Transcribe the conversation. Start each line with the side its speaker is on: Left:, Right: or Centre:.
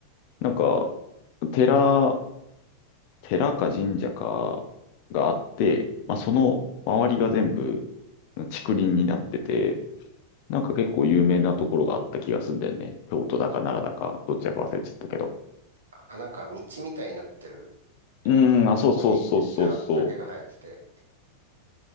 Left: なんか、寺、寺か神社かがあって、まあ、その周りが全部竹林になってて、なんか結構有名なところがあった気がすんだよね。京都だか奈良だか、どっちだか忘れちゃったけど。
Right: あ、なんか道みたいになってる
Left: うーん、
Right: のか。
Left: あ、そうそうそうそうそ
Right: 横にめっちゃ竹が生えてて。